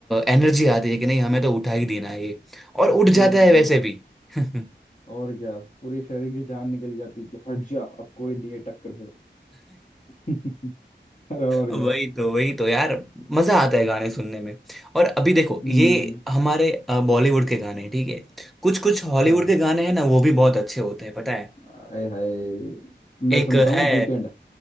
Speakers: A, in the centre; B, on the left.
A: एनर्जी आती है कि नहीं हमें तो उठा ही देना है ये और उठ
B: हम्म
A: जाता है वैसे भी <laughs>
B: और क्या पूरे शरीर की जान निकल जाती है कि हट जा अब कोई नहीं है टक्कर पे <laughs> अरे और
A: वही
B: क्या
A: तो वही तो यार मजा आता है गाने सुनने में और अभी देखो
B: हम्म
A: ये हमारे अ, बॉलीवुड के गाने ठीक है कुछ कुछ हॉलीवुड
B: हाँ
A: के गाने हैं ना वो भी बहुत अच्छे होते हैं पता है
B: आए हाय मैं
A: एक
B: सुनता
A: है
B: हूँ वीकेंड